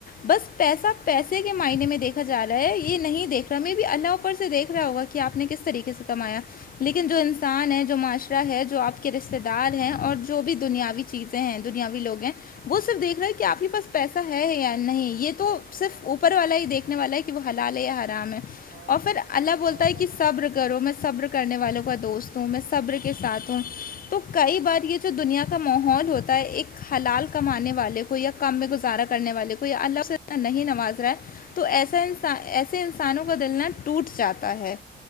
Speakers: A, on the left; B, on the right.
A: بس
B: ہاں
A: پیسا
B: ہاں
A: پیسے کے معائنے میں دیکھا جا رہا ہے یہ نہیں دیکھ تو می بھی اللہ اوپر سے دیکھ رہا ہوگا کہ آپ نے کس طریقے سے کمایا لیکن جو انسان ہے جو معاشرہ ہے جو آپ کے رشتے دار ہیں اور جو بھی دنیاوی چیزیں ہیں دنیاوی لوگ ہیں وہ صرف دیکھ رہے کہ آپ کے پاس پیسہ ہے یا نہیں یہ
B: ہاں
A: تو
B: ہاں
A: صرف اوپر والا ہی دیکھنے والا ہے کہ وہ حلال ہے یا حرام ہے
B: ہاں
A: اور
B: تو
A: پھر
B: اسی
A: اللہ
B: کے
A: بولتا
B: ساتھ
A: ہے
B: ساتھ
A: کہ صبر کرو میں صبر کرنے والوں کا دوست ہوں میں صبر کے ساتھ ہوں تو کئی بار یہ جو دنیا کا ماحول ہوتا ہے ایک حلال کمانے والے کو یا کم میں گزارا کرنے والے کو یا اللہ سے نہیں نواز رہا ہے تو ایسا انسان ایسے انسانوں کو بدلنا ٹوٹ جاتا ہے